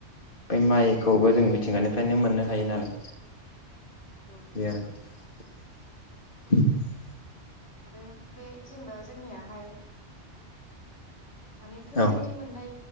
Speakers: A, on the left; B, on the left.
A: बे माइखौबो
B: उम उम
A: जों मिथिंगा फ्रायनो मोननो हायो नालाय
B: औ
A: बे आरो <inaudible>
B: आरो बे जेनेबा जोंनियाहाय माने थोंजोङै
A: औ
B: मोननाय